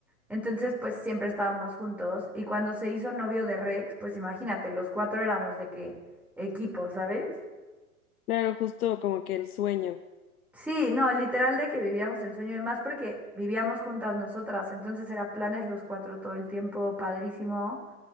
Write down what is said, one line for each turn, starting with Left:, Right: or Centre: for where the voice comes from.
Centre: Entonces, pues siempre estábamos juntos y cuando se hizo novio de Rex, pues imagínate, los cuatro éramos de qué equipo, ¿sabes?
Left: Claro, justo como que el sueño.
Centre: Sí, no, literal de que vivíamos el sueño de más porque vivíamos juntas nosotras, entonces era planes los cuatro todo el tiempo, padrísimo.